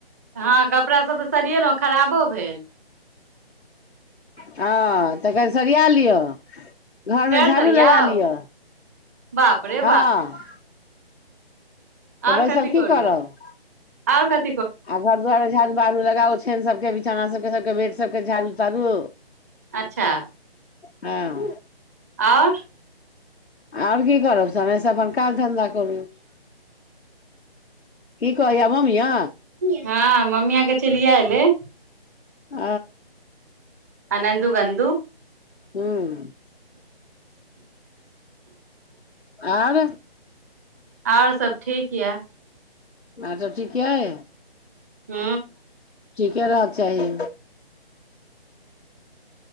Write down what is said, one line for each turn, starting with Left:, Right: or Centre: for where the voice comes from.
Right: हँ कपड़ाभ तऽ सरिएलहुँ खराबो भेल
Left: हँ तऽ कनि सरिया लिअ घरमे
Right: फेर
Left: झाड़ू
Right: सरियाउ
Left: लगा लिअ
Right: बाप रे
Left: हँ। तऽ
Right: आर
Left: बैसल
Right: कति
Left: की
Right: करू
Left: करब
Right: आर कति
Left: आ घर दुआार मे झाड़ू बहारू लगाओ छनि सभके चनाा सभके सभके बेड सभके झाड़ू ताड़ू।
Right: अच्छा।
Left: हँ।
Right: आओर
Left: आओर की करब सेश अपन काज धंधा करू। क कहय म या।
Right: हँ मम्मियके चलििया एले
Left: ह।
Right: आनन्द गधू
Left: हूँ आर।
Right: आओर सब ठीक यऽ।
Left: आर सब ठीक क है।
Right: हू।
Left: ी क र चाही